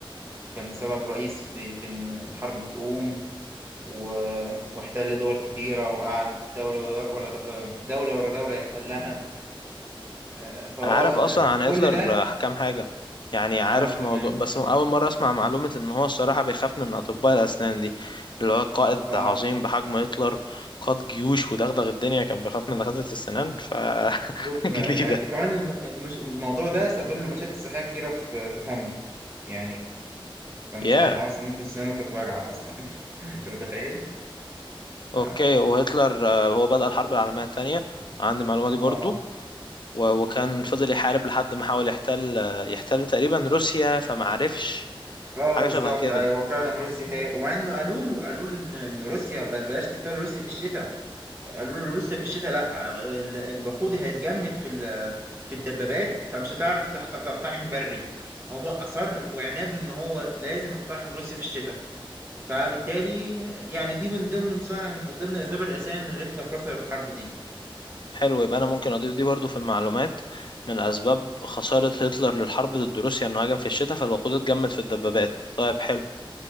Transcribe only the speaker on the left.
انا عارف اصلا
عن
هتلر
آه، كام حاجه يعني عارف
موضوع بس اول مره اسمع معلومه ان هو الصراحه بيخاف من اطباء الاسنان دي اللي هو قائد
عظيم بحجم هتلر قاد جيوش ودغدغ الدنيا كان بيخاف من دكاتره السنان ف <laughs>
جديده
يا
اوكي
وهتلر آه، هو بدأ الحرب العالميه الثانيه عندي المعلومه دي برضو
و- وكان فضل يحارب لحد ما حاول يحتل آه، يحتل تقريبا روسيا فما عرفش
حاجه
شبه كده
حلو يبقى انا ممكن اضيف دي برضو في المعلومات من اسباب خسارة هتلر للحرب ضد روسيا انه هاجم في الشتاء فالوقود اتجمد في الدبابات طيب حلو